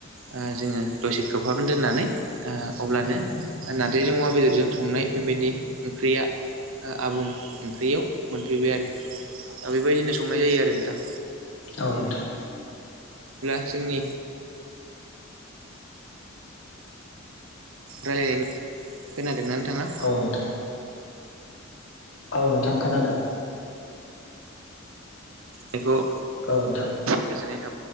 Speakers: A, on the right (about 75°); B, on the left (about 70°).
A: ओ जोंङो दसे खोबहाबना दोननानै ओ अब्लानो नारजिजों अवा बेदरजों संनाय बेबायदि ओंख्रिया आबुं ओंख्रियाव मोनफैबाय आरो बेबायदिनो संनाय जायो आरो नोंथां।
B: औ नोंथां।
A: द <unintelligible> जोंनि राय्लायनाय <unintelligible> खोनादोंना नोंथाङा?
B: औ नथां औ नोंथां खोनादों।
A: बेखौ
B: औ नोंथां।
A: गोजोननाय थाबाय।